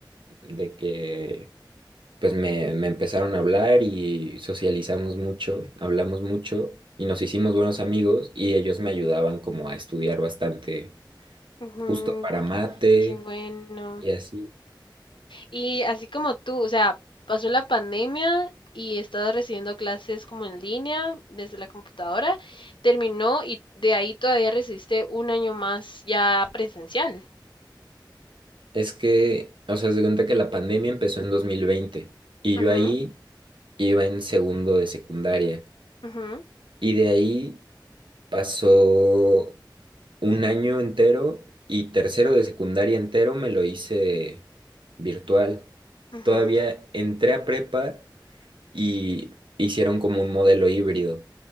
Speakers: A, on the right; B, on the left.
A: de que pues me, me empezaron a hablar y socializamos mucho, hablamos mucho y nos hicimos buenos amigos y ellos me ayudaban como a estudiar bastante,
B: ujú,
A: justo para mate
B: qué bueno.
A: y así.
B: Y así como tú, o sea, pasó la pandemia y he estado recibiendo clases como en línea desde la computadora, terminó y de ahí todavía recibiste un año más ya presencial.
A: Es que, o sea, se cuenta que la pandemia empezó en 2020 y yo
B: Ujú,
A: ahí iba en segundo de secundaria
B: ujú,
A: y de ahí... Pasó un año entero y tercero de secundaria entero me lo hice virtual.
B: ujú,
A: Todavía entré a prepa y hicieron como un modelo híbrido,